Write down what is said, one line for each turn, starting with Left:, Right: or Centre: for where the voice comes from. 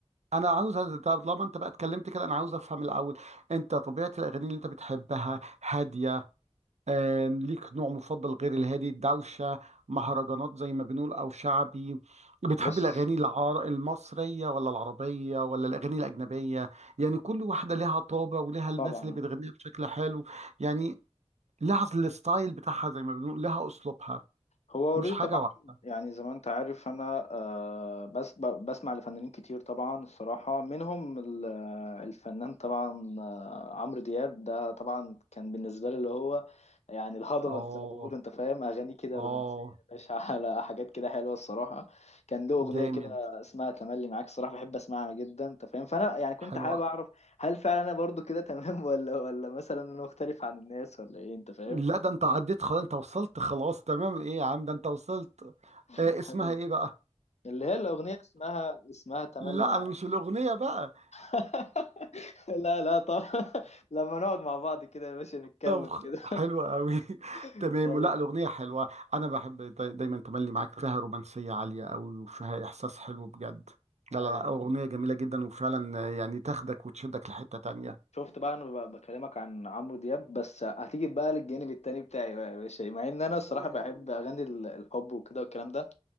Right: انا عاوز أ- طالما انت بقى اتكلمت كده انا عاوز افهم الاول انت طبيعه الاغاني اللي انت بتحبها هاديه آه، ليك نوع مفضل غير الهادي الدوشة مهرجانات زي ما بنقول أو شعبي بتحب
Left: بص
Right: الأغاني العر... المصرية ولا العربية ولا الأغاني الأجنبية يعني كل واحدة لها طابع ولها الناس
Left: طبعا
Right: اللي بتغنيها بشكل حلو يعني لها الستايل بتاعها زي ما بنقول لها أسلوبها
Left: هو اوريدي
Right: مش حاجة
Left: طبعا
Right: واحدة
Left: يعني زي ما انت عارف انا آه، بس ب- بسمع لفنانين كتير طبعا الصراحة منهم ال- آه، الفنان طبعا آه، عمرو دياب ده طبعا كان بالنسبة لي اللي هو يعني الهضبة
Right: آه
Left: انت زي ما بيقولوا انت فاهم اغاني كده
Right: آه
Left: رومانسية يا باشا <laughs> على حاجات كده حلوة الصراحة كان له اغنية
Right: جامد
Left: كده اسمها تملي معاك الصراحة بحب اسمعها جدا انت فاهم فانا يعني كنت
Right: حلوة
Left: حابب اعرف هل فعلا انا برضو كده تمام <laughs> ولا ولا مثلا انا مختلف عن الناس ولا ايه انت فاهم
Right: لا ده أنت عديت خلاص أنت وصلت خلاص تمام إيه يا عم ده أنت وصلت
Left: <laughs>
Right: آه
Left: حبيبي
Right: اسمها إيه بقى <laughs>
Left: اللي هي الأغنية اسمها اسمها تملي
Right: لا
Left: معاك
Right: انا مش الاغنيه بقى
Left: <laughs> لا لا طب <laughs> لما نقعد مع بعض كده يا باشا نتكلم
Right: طب خ-
Left: كده
Right: حلوه قوي <laughs>
Left: <laughs>
Right: تمام
Left: والله
Right: ولا الاغنيه حلوه انا بحب داي- دايما تملي معاك فيها رومانسيه عاليه قوي وفيها احساس حلو بجد لا
Left: أيوه
Right: لا لا اغنيه جميله جدا وفعلا يعني تاخدك وتشدك لحته تانية
Left: شفت بقى انا ب- بكلمك عن عمرو دياب بس هتيجي بقى للجانب التاني بتاعي بقى يا باشا مع ان انا الصراحه
Right: <laughs>
Left: بحب اغاني ال- الحب وكده والكلام ده